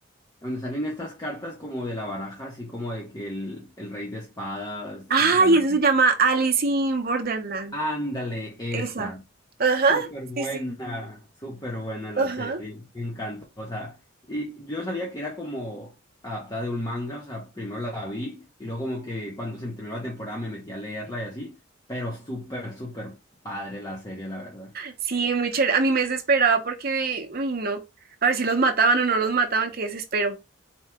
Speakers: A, on the left; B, on the right.
A: donde salen estas cartas como de la baraja, así como de que el, el rey de espadas,
B: ¡Ay!
A: el rey
B: eso
A: de...
B: se llama Alice in Borderland.
A: Ándale, esa.
B: Esa. Ajá,
A: Súper buena,
B: sí, sí,
A: súper buena la
B: ajá.
A: serie. Me encantó. O sea, y yo sabía que era como adaptada de un manga, o sea, primero la vi y luego como que cuando se terminó la temporada me metí a leerla y así, pero súper, súper padre la serie, la verdad.
B: Sí, muy chévere. A mí me desesperaba porque, uy, no. A ver si los mataban o no los mataban, qué desespero.